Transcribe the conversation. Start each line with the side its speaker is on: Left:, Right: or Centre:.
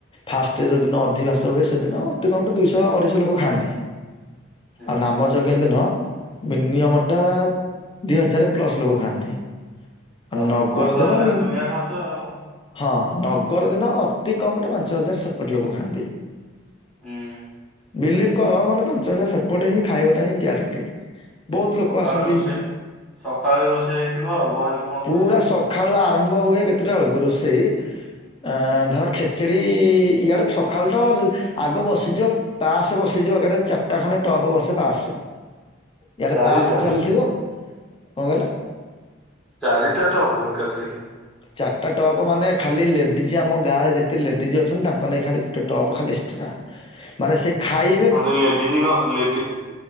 Left: ଫାଷ୍ଟ ଯୋଉଦିନ ଅଧିବାସ ହୁଏ ସେଦିନ ଅତି କମରେ ଦୁଇଶହ ଅଢେଇଶହ ଲୋକ ଖାଆନ୍ତି।
Centre: ହୁଁ
Left: ଆଉ ନାମ ଯଜ୍ଞ ଦିନ ମିନିୟମ ଟା ଦିଇ ହଜାର ପ୍ଲସ ଲୋକ ଖାଆନ୍ତି। ଆଉ
Centre: ଅଷ୍ଟପହରୀ
Left: ନଗର
Centre: ତ
Left: ଦିନ
Centre: ହେଲେ
Left: ମିନି
Centre: ଦୁନିଆ ଖର୍ଚ୍ଚ ଆଉ।
Left: ହଁ ନଗର ଦିନ ଅତି କମରେ ପାଞ୍ଚ ହଜାର ସେପଟେ ଲୋକ ଖାଆନ୍ତି।
Centre: ହୁଁ
Left: ବିଲିଭ କର ମାନେ ପାଞ୍ଚ ହଜାର ସେପଟେ ହିଁ ଖାଇବାଟା ହିଁ ଗ୍ୟାରେଣ୍ଟି। ବହୁତ ଲୋକ
Centre: ସକାଳୁ
Left: ଆସନ୍ତି
Centre: ରୋଷେଇ ସକାଳୁ ରୋଷେଇ ହେଇଥିବ ଆଉ ବହେ ଲୋକଙ୍କ
Left: ପୁରା
Centre: ପାଇଁ ଆଉ।
Left: ସ ଖାଳୁ ଆରମ୍ଭ ହୁଏ କେତେଟା ବେଳକୁ ରୋଷେଇ ଅ ଧର ଖେଚେଡ଼ି ଇଆଡ଼େ ସକାଳୁ ତ ଆଗ ବସିଯିବ ପାସ ବସିଯିବ ଏକାଥରେ ଚାରିଟା ଖଣ୍ଡେ ଟପ ବସେ ପାସ। ୟାରେ
Centre: ଚାରିଟା
Left: ତାସ ଚାଲିଥିବ କଣ କହିଲ?
Centre: ଚାରିଟା ତ ହବ ଏକାଥରିକେ।
Left: ଚାରିଟା ଟପ୍ ମାନେ ଖାଲି ଲେଡ଼ିଜ୍ ଆମ ଗାଁରେ ଯେତେ ଲେଡ଼ିଜ୍ ଅଛନ୍ତି ତାଙ୍କ ନେଇ ଖାଲି ଗୋଟେ ଟପ୍ ଖାଲି ଏକ୍ସଟ୍ରା।
Centre: ହଁ
Left: ମାନେ ସେ ଖାଇ
Centre: ମାନେ ଲେଡିଜଙ୍କ ଲେଡି